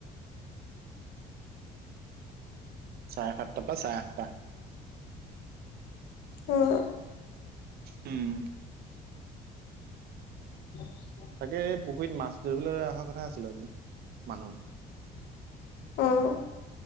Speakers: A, on the right; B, on the left.
A: চাৰে সাতটা পৰা চাৰে আঠটা।
B: উম
A: উম।
B: হয় <inaudible>
A: তাকে এই পুখুৰীত মাছ ধৰিবলৈ অহা কথা আছিল আজি মানুহ।
B: অহ